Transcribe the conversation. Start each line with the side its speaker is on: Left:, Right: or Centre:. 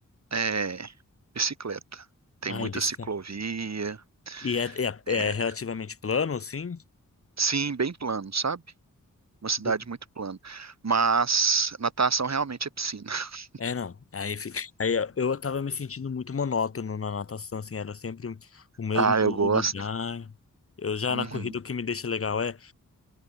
Right: É, bicicleta. Tem
Left: Ai,
Right: muita
Left: bisca.
Right: ciclovia.
Left: E é, é,
Right: é,
Left: é relativamente plano, assim?
Right: sim, bem plano, sabe? Uma cidade
Left: Ah,
Right: muito plana. Mas natação realmente é piscina. <laughs>
Left: É, não. Aí, fi- aí ó, eu tava me sentindo muito monótono na natação, assim, era sempre o mesmo
Right: Ah, eu gosto.
Left: lugar. Eu já
Right: Uhum.
Left: na corrida o que me deixa legal é